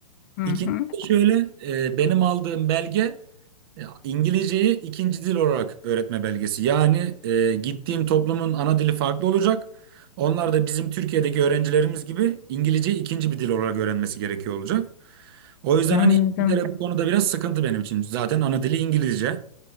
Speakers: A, on the left; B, on the right.
A: Hı
B: İkincisi
A: hı.
B: şöyle, eee, benim aldığım belge e, İngilizceyi ikinci dil olarak öğretme belgesi. Yani eee, gittiğim toplumun ana dili farklı olacak. Onlar da bizim Türkiye'deki öğrencilerimiz gibi İngilizceyi ikinci bir dil olarak öğrenmesi gerekiyor olacak. O yüzden
A: Anladım.
B: hani İngiltere bu konuda biraz sıkıntı benim için. Zaten ana dili İngilizce.